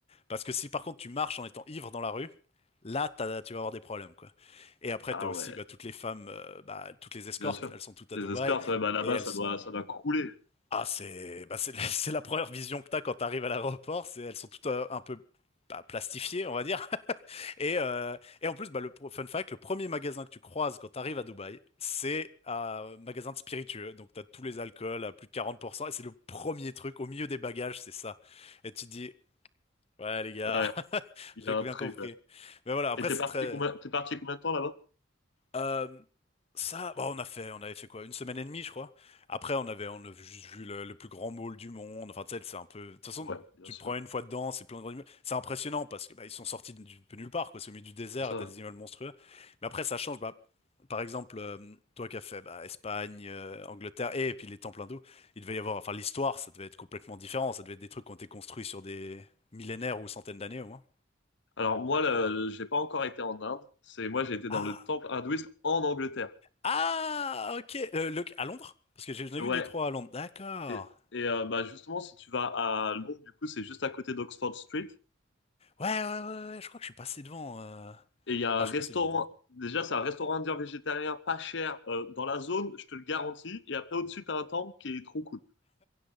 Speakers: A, on the left; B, on the left.
A: Parce que si par contre tu marches en étant ivre dans la rue, là, t'as- tu vas avoir des problèmes, quoi. Et après,
B: Ah
A: t'as aussi
B: ouais,
A: bah, toutes les femmes, euh, bah, toutes les escortes,
B: bien sûr.
A: elles sont toutes
B: Les
A: à Dubaï.
B: escortes, ouais, bah là-bas,
A: Et elles
B: ça
A: sont
B: doit, ça doit crouler.
A: ah, c'est bah, c'est <laughs> c'est la première vision que t'as quand t'arrives à l'aéroport. C'est elles sont toutes euh, un peu bah, plastifiées, on va dire. <laughs> Et euh, et en plus, bah, le pro- fun fact, le premier magasin que tu croises quand t'arrives à Dubaï, c'est un magasin de spiritueux. Donc t'as tous les alcools à plus de 40%. Et c'est le premier truc au milieu des bagages, c'est ça. Et tu te dis, ouais les gars,
B: Ouais,
A: <laughs>
B: il
A: j'ai
B: y a
A: bien
B: un truc.
A: compris.
B: ouais.
A: Mais voilà, après
B: Et t'es
A: c'est
B: parti
A: très
B: combien, t'es parti combien de temps là-bas?
A: euh, ça, bah, on a fait, on avait fait quoi? Une semaine et demie, je crois. Après, on avait, on a juste vu le, le plus grand mall du monde. Enfin, tu sais, c'est un peu. De toute façon,
B: Ouais, bien
A: tu
B: sûr.
A: te prends une fois dedans, c'est plein de grands immeubles. C'est impressionnant parce que bah, ils sont sortis de, de nulle part, quoi. C'est au milieu du désert,
B: Ça
A: et t'as
B: va.
A: des immeubles monstrueux. Mais après, ça change. Bah, par exemple, euh, toi qui as fait bah, Espagne, euh, Angleterre et, puis les temples hindous, il devait y avoir. Enfin, l'histoire, ça devait être complètement différent. Ça devait être des trucs qui ont été construits sur des millénaires ou centaines d'années au moins.
B: Alors moi, le- le- j'ai pas encore été en Inde. C'est moi, j'ai été
A: Ah,
B: dans le temple hindouiste en Angleterre.
A: Ah, ok. Euh, le- à Londres? Parce que j'ai- j'en ai
B: Ouais.
A: vu deux, trois à Londres. D'accord.
B: Et, et euh, bah justement, si tu vas à Londres, du coup, c'est juste à côté d'Oxford Street.
A: Ouais, ouais, ouais, ouais, ouais, je crois que je suis passé devant. euh. Enfin,
B: Et il y a un
A: je suis
B: restaurant.
A: passé devant. deux.
B: Déjà, c'est un restaurant indien végétarien pas cher euh, dans la zone, je te le garantis. Et après, au-dessus, t'as un temple qui est trop cool.